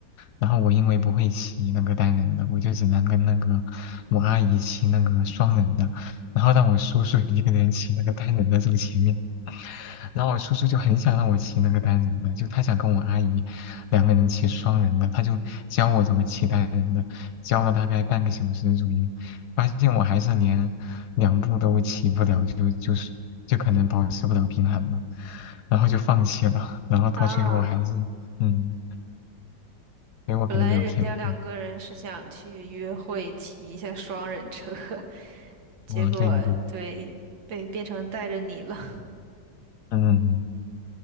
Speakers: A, on the left; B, on the right.
A: 然后我因为不会骑那个单人的，我就只能跟那个我阿姨骑那个双人的，然后让我叔叔一个人骑那个单人的走前面。然后我叔叔就很想让我骑那个单人的，就他想跟我阿姨两个人骑双人的，他就教我怎么骑单人的，教了大概半个小时左右，发现我还是连两步都骑不了，就就是就可能保持不了平衡了，然后就放弃了，然后到最后还是嗯，
B: 啊，
A: 因为我可能没有天赋，
B: 本来人家两个人是想去约会，骑一下双人车，<laughs> 结果对，
A: 嗯，对的对的
B: 被变成带着你了。
A: 嗯，嗯